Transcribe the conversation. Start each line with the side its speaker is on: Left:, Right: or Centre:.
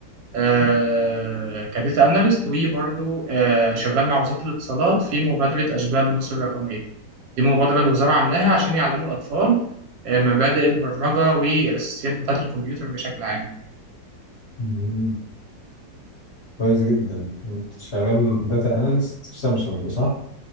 Right: آه، كداتا اناليست وبرضه آه، شغال مع وزاره الاتصالات في مبادره اشبال مصر الرقميه دي مبادره الوزاره عاملاها عشان يعلموا الاطفال آه، مبادئ البرمجه والاساسيات بتاعه الكمبيوتر بشكل عام
Left: مهم. كويس جدا أنت شغال داتا أناليست في سامسونج صح؟